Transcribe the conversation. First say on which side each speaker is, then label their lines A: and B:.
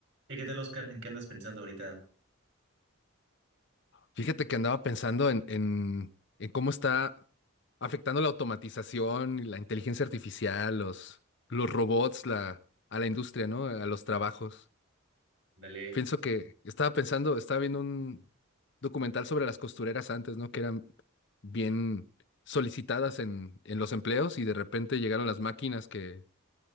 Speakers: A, on the right (about 55°); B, on the left (about 55°).
A: ¿Y qué tal, Oscar? ¿En qué andas pensando ahorita?
B: Fíjate que andaba pensando en, en, en cómo está afectando la automatización y la inteligencia artificial, los, los robots, la, a la industria, ¿no? A los trabajos.
A: Ándale,
B: Pienso que estaba pensando, estaba viendo un documental sobre las costureras antes, ¿no? Que eran bien solicitadas en, en los empleos y de repente llegaron las máquinas que,